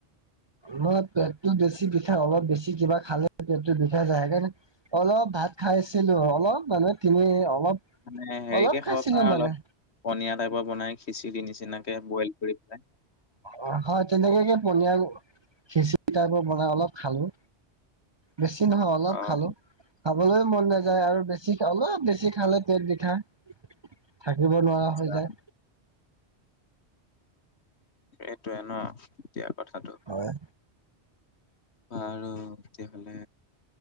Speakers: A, on the right (about 35°); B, on the left (about 70°).
A: মই পেটটো বেছি বিষাই, অলপ বেছি কিবা খালে পেটতটো বিষাই যায়, সেইকাৰনে অলপ ভাত খাইছিলোঁ অলপ মানে তিমি অলপ।
B: মানে হেৰিকে
A: অলপ খাইছিলো
B: খাব পাৰা
A: মানে
B: অলপ পনীয়া টাইপৰ বনাই খিচিৰি নিচিনাকে বইল কৰি পেলাই।
A: অ, হয় তেনেকেকে পনীয়া খিচি টাইপৰ বনাই অলপ খালোঁ। বেছি নহয় অলপ
B: অ'
A: খালোঁ খাবলৈও মন নাযায় আৰু বেছ বেছিখে অলপ বেছি খালে পেট বিষাই থাকিব নোৱাৰা
B: আচ্ছা
A: হৈ যায়।
B: এটোৱে ন'এতিয়া কথাটো।
A: হয়।
B: আৰু তে হ'লে।